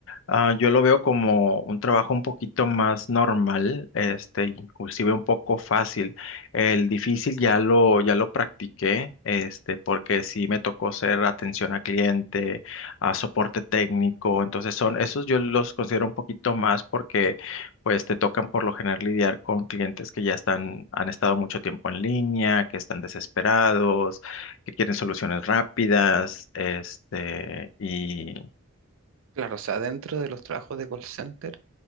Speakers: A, on the left; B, on the right.
A: Ah, yo lo veo como un trabajo un poquito más normal, este, inclusive un poco fácil. El difícil ya lo, ya lo practiqué, este, porque sí me tocó ser atención a cliente, a soporte técnico. Entonces son, esos yo los considero un poquito más porque pues te tocan por lo general lidiar con clientes que ya están, han estado mucho tiempo en línea, que están desesperados, que quieren soluciones rápidas, este, y
B: Claro, o sea, dentro de los trabajos de call center,